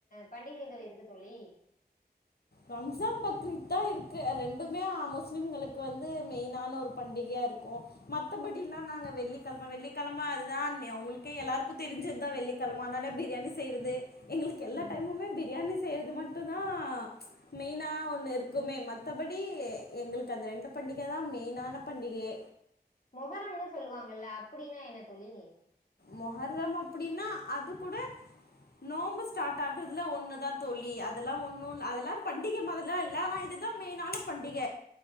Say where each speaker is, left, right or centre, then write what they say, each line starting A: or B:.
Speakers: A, on the left (about 50°); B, on the left (about 65°).
A: பண்டிகைகள் இருக்கு தோழி
B: ரம்ஜான் பக்ரித் தா இருக்கு ரெண்டுமே முஸ்லிம்களுக்கு வந்து மெயினான ஒரு பண்டிகையா இருக்கு மத்தபடி எல்லா நாங்க வெள்ளிக்கிழம வெள்ளிக்கிழம அதுதா ஒங்களுகே எல்லாருக்கு தெரிஞ்சதுதா வெள்ளிக்கிழம அதனால பிரியாணி செய்யறது எங்களுக்கு எல்லா
A: ம்
B: டைமுமே பிரியாணி செய்யறது அது மட்டுதா மெயினா ஒண்ணு இரு க்குமே மத்தபடி எங்களுக்கு அந்த ரெண்டு பண்டிக தா மெயினான பண்டிகையே
A: மொகரம்னு சொல்லுவாங்கல்ல அப்பிடின்னா என்ன தோழி
B: மொகரம் அப்டின்னா அது கூட நோன்ம்பு ஸ்டார்ட் ஆகுறதுல ஒண்ணுதா தொழி அதெல்லா ஒண்ணுல் அதெல்லா பண்டிகை மாரியல்லா இல்லா ஆனா இதுதா மெயினான பண்டிக